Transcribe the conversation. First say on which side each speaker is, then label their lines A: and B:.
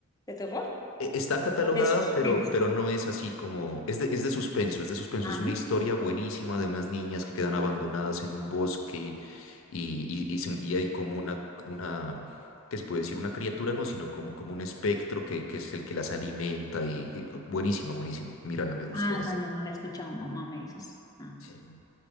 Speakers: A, on the left (about 15°); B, on the left (about 70°).
A: ¿De terror?
B: e- Está catalogada,
A: ¿O de suspenso?
B: pero, pero no es así como... Es de, es de suspenso, es de suspenso.
A: Ajá.
B: Es una historia buenísima de unas niñas que quedan abandonadas en un bosque y, y- y se- y hay como una, una... ¿Qué se puede decir? Una criatura, no, sino como, como un espectro que, que es el que las alimenta y... y- Buenísima, buenísima. Mírala, me gustó
A: Ah,
B: bastante.
A: no, no, no la he escuchado, mamá, me dices. Ah.
B: Sí.